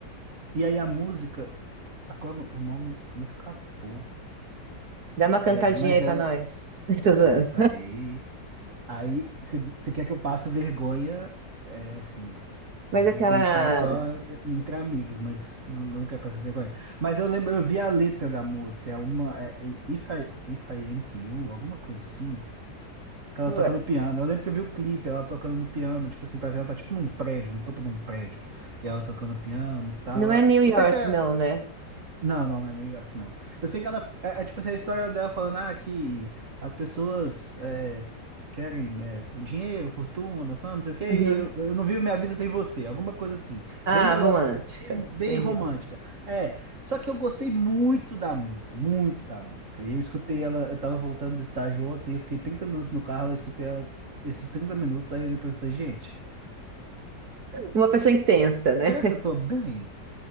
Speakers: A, on the right; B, on the right.
A: E aí a música, agora o nome me escapou.
B: Dá uma cantadinha
A: É, mas
B: aí
A: ela.
B: pra nós. <laughs> Tô zoando.
A: Nossa, aí. Aí você quer que eu passe vergonha? É assim. Beleza,
B: Mas aquela...
A: que a gente tá só é, entre amigos, mas não, não quer passar vergonha. Mas eu lembro, eu vi a letra da música, é uma. É, é If I, If I Ain't You, alguma coisa assim. Que ela
B: pô,
A: toca no piano. Eu lembro que eu vi o clipe, ela tocando no piano, tipo assim, parece que ela tá tipo num prédio, no topo de um prédio. E ela tocando piano e tal.
B: Não é New York,
A: Eu sei que é.
B: não, né?
A: Não, não, não é New York, não. Eu sei que ela. É, é tipo assim, a história dela falando ah, que as pessoas é, querem é, fu- dinheiro, fortuna, fama, não sei o quê,
B: Uhum.
A: e eu, eu não vivo minha vida sem você. Alguma coisa assim.
B: Ah,
A: Bem melódica,
B: romântica,
A: bem,
B: entendi.
A: bem romântica. É, só que eu gostei muito da música, muito da música. E eu escutei ela, eu tava voltando do estágio ontem, eu fiquei 30 minutos no carro, eu escutei ela esses 30 minutos, aí depois eu falei, gente,
B: Uma pessoa intensa, né?
A: será que eu tô bem?